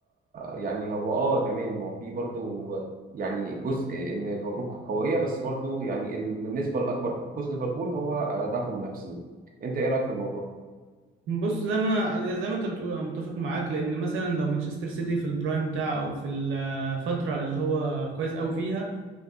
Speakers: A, on the right; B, on the right.
A: يعني هو اه تمام هو في برضو يعني جزء ان ليفربول قويه بس برضو يعني النسبه الاكبر في فوز ليفربول هو آه، ضعف المنافسين انت ايه رايك في الموضوع
B: بص زي ما انا زي ما انت بتقول انا متفق معاك لان مثلا لو مانشستر سيتي في البرايم بتاعه او في الفترة اللي هو كويس قوي فيها